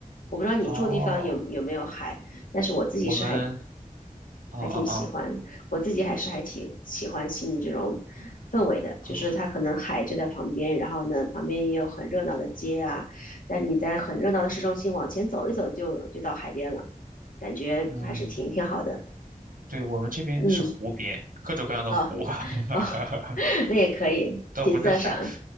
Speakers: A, on the left; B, on the right.
A: 我不知道你住的地方有有没有海，
B: 哦，
A: 但是我自己是还
B: 我们，啊啊啊
A: 还挺喜欢，我自己还是还挺喜欢悉尼这种氛围的，
B: 啊，
A: 就是它可能海就在旁边，
B: 哦
A: 然后呢，旁边也有很热闹的街啊，但你在很热闹的市中心往前走一走就就到海边了，感觉还是挺挺好的。
B: 嗯，对，我们这边是湖边，
A: 嗯，
B: 各种各样的湖，
A: 哦
B: <laughs>
A: 哦，<laughs> 那也可以，
B: 倒不是海。
A: 景色上，